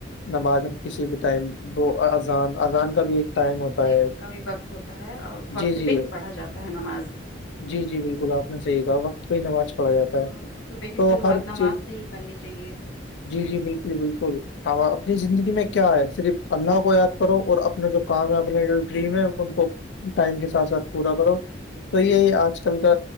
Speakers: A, on the left; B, on the left.
A: نماز ہم کسی بھی ٹائم وہ اذان اذان کا بھی ٹائم ہوتا
B: نہیں
A: ہے
B: ان کا بھی وقت ہوتا ہے اور وقت
A: جی جی
B: پہ ہی پڑھا جاتا ہے نماز
A: جی جی بالکل آپ نے صحیح کہا وقت کوئی نماز پڑھا جاتا
B: صبح
A: ہے
B: کی
A: تو
B: شروعات
A: ہر
B: نماز
A: چیز
B: سے ہی کرنی چاہیے
A: جی جی بالکل بالکل ہ اپنی زندگی میں کیا ہے صرف اللہ کو یاد کرو اور اپنا جو کام ہے اپنے جو ڈریم ہے ان کو ٹائم کے ساتھ ساتھ پورا کرو تو یہی آج کل کا